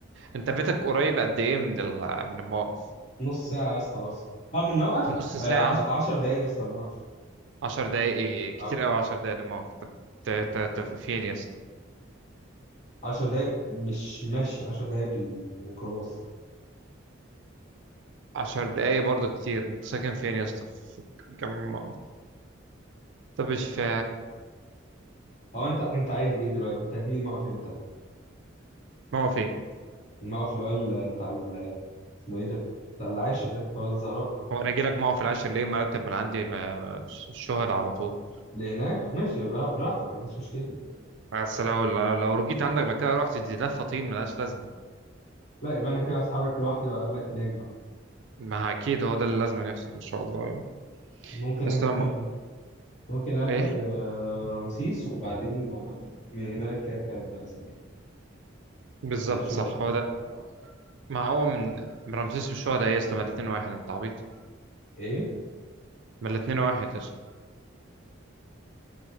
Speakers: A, on the right (about 65°); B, on the left (about 35°).
A: انت بيتك قريب قد ايه من ال- من الموقف؟
B: نص ساعة يا اسطى اوصل اه من الموقف
A: نص ساعة
B: 10 دقايق يا اسطى من الموقف
A: 10 دقايق ايه؟ كتير
B: اه
A: قوي 10 دقايق للموقف طب ت- ت- ت- فين يا اسطى؟
B: 10 دقايق مش ماشي 10 دقايق بالميكروباص
A: 10 دقايق برضه كتير انت ساكن فين يا اسطى؟ في كم طب ايش في
B: هو انت انت عايز ايه دلوقتي انت هتيجي الموقف امتى
A: موقف ايه
B: الموقف اللي هو ال- بتاع ال- اسمه ايه ده بتاع العاشر ده بتاع الزهراء
A: هو انا اجي لك موقف العاشر ليه ما اركب من عندي ما- ما- الشهر على طول
B: لهناك ماشي يبقى براحتك ما عنديش مشكلة
A: بس لو لو لو رجيت عندك بعد كده رحت دي لفه طين ملهاش لازمه
B: لا يبقى أنا كده هتحرك لوحدي وأقابلك هناك بقى
A: ما ه- اكيد هو ده اللي لازم يحصل ان شاء الله يعني
B: ممكن
A: بس
B: أركب
A: لما
B: ممكن أركب
A: ايه
B: لرمسيس وبعدين من هناك أركب أسماء
A: بالظبط
B: آه، شوهد
A: صح هو ده ما هو من من رمسيس والشهداء إيه يا اسطى ما الاتنين واحد انت عبيط
B: إيه؟
A: ما الاتنين واحد يا اسطى